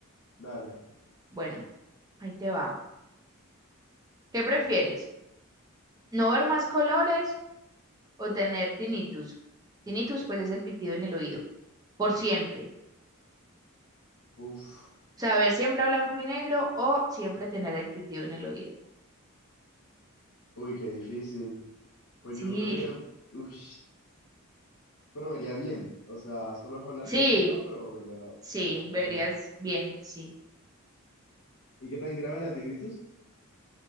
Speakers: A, on the left; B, on the right.
A: Dale.
B: Bueno, ahí te va. ¿Qué prefieres? ¿No ver más colores o tener tinnitus? Tinnitus, pues es el pitido en el oído, por siempre.
A: Uf,
B: O sea, ver siempre a blanco y negro o siempre tener el pitido en el oído.
A: uy, qué difícil. Pues
B: Sí,
A: yo creo que, uff, pero vería bien. O sea, solo
B: <laughs>
A: es a blanco
B: sí,
A: y negro, pero vería
B: sí,
A: perfectamente.
B: verías bien, sí.
A: ¿Y qué tan grave la tinnitus?